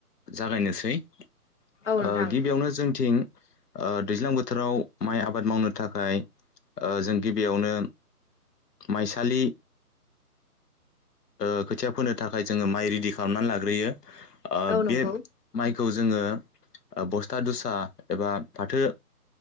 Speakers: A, on the left (about 80°); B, on the left (about 50°).
A: जागायनोसै। ओ
B: औ नोंथां
A: गिबियावनो जोंथिं ओ दैज्लां बोथोराव माइ आबाद मावनो थाखाय ओ जों गिबियावनो माइसालि ओ खोथिया फोनो थाखाय जोङो माइ रेडि खालामनानै लाग्रोयो। ओ
B: औ
A: बे
B: नंगौ
A: माइखौ जोङो ओ बस्था दुसा एबा फाथो